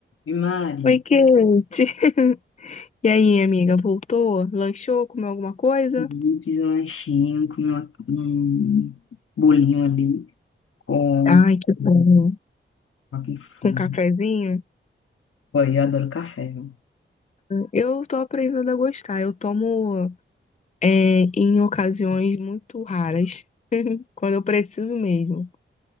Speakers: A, on the left (about 85°); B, on the left (about 35°).
A: E Mari,
B: Oi, Kate. <laughs> E aí, amiga, voltou? Lanchou? Comeu alguma coisa?
A: eu fiz um lanchinho, comi uma- um bolinho ali com,
B: Ai, que
A: com
B: bom.
A: aquele fundo.
B: Com cafezinho?
A: Pô, eu adoro café, viu?
B: Eu tô aprendendo a gostar. Eu tomo é, em ocasiões muito raras, <laughs> quando eu preciso mesmo.